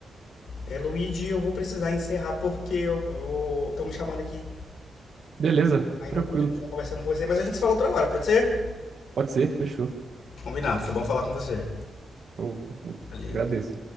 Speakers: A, on the left; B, on the right.
A: E, Luigi, eu vou precisar encerrar porque eu vou... estão me chamando aqui.
B: Beleza,
A: Ainda
B: tranquilo.
A: vou poder continuar conversando com você, mas a gente se fala outra hora, pode ser?
B: Pode ser, fechou.
A: Combinado, foi bom falar com você.
B: Eu- eu-
A: Valeu.
B: agradeço.